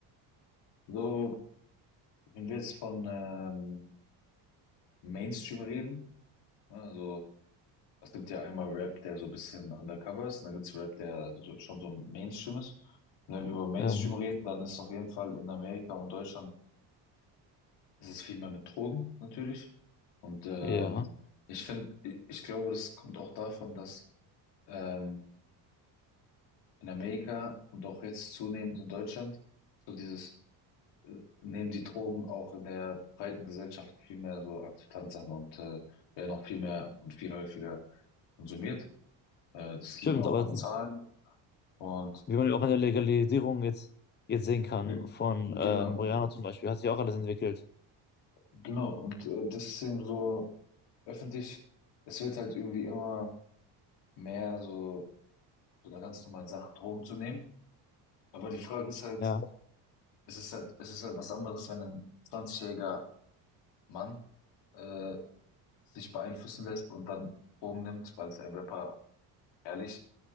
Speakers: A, on the left; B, on the left.
A: So, wenn wir jetzt von ähm, Mainstream reden, also Es gibt ja einmal Rap, der so ein bisschen undercover ist, und dann gibt's Rap, der so, schon so Mainstream ist. Und wenn wir über Mainstream
B: Ja,
A: reden, dann ist auf jeden Fall in Amerika und Deutschland ist es viel mehr mit Drogen natürlich. Und ähm,
B: ja.
A: ich finde, ich, ich glaube, das kommt auch davon, dass ähm, in Amerika und auch jetzt zunehmend in Deutschland so dieses äh, nehmen die Drogen auch in der breiten Gesellschaft viel mehr so Akzeptanz an und äh, werden auch viel mehr und viel häufiger konsumiert. Äh, Das
B: Stimmt,
A: sieht man auch
B: aber
A: an Zahlen. Und
B: wie man ja auch in der Legalisierung jetzt, jetzt sehen kann,
A: äh,
B: von
A: genau,
B: ähm, Marihuana zum Beispiel, hat sich auch alles entwickelt.
A: genau. Und äh, das ist eben so öffentlich, es wird halt irgendwie immer mehr so, so eine ganz normale Sache, Drogen zu nehmen. Aber die Frage ist halt,
B: Ja.
A: es ist halt, es ist halt was anderes, wenn ein zwanzigjähriger jähriger Mann äh, sich beeinflussen lässt und dann Drogen nimmt, weil es ein Rapper ehrlich